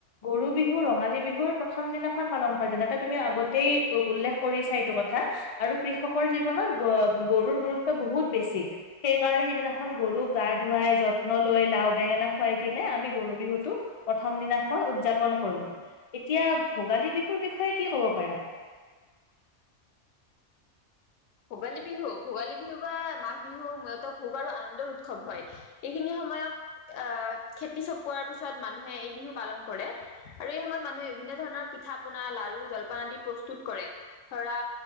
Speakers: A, on the left; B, on the left.
A: গৰু বিহু, ৰঙালী বিহুৰ প্ৰথম দিনাখন পালন হয় যেনেকে তুমি আগতেই উল্লেখ কৰিছা এইটো কথা আৰু কৃষকৰ জীৱনত গৰুৰ গুৰুত্ব বহুত বেছি। সেইকাৰণে সেইদিনাখন গৰুক গা ধুৱাই, যত্ন লৈ, লাও বেঙেনা খুৱাই কিনে আমি গৰু বিহুতটো প্ৰথম দিনাখন উদযাপন কৰো। এতিয়া ভোগালী বিহুৰ বিষয়ে কি কব পাৰা?
B: ভোগালী বিহু, ভোগালী বিহু বা মাঘ বিহু মূলত ভোগ আৰু আনন্দৰ উৎসৱ হয়। এইখিনি সময়ক আহ খেতি চপোৱাৰ পিছত মানুহে এই বিহু পালন কৰে। আৰু এই সময়ত মানুহে বিভিন্ন ধৰণৰ পিঠা পনা, লাৰু, জলপান আদি প্ৰস্তুত কৰে। ধৰা